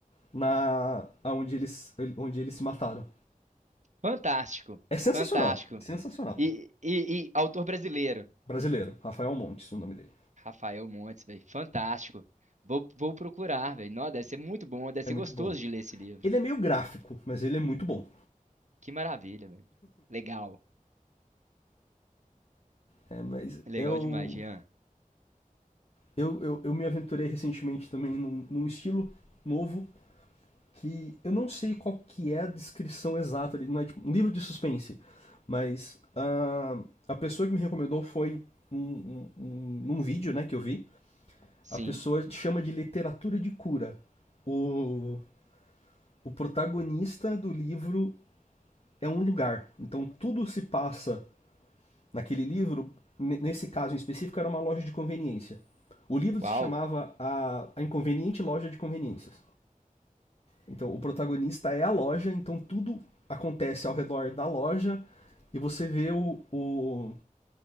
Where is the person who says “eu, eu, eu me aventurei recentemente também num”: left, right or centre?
Left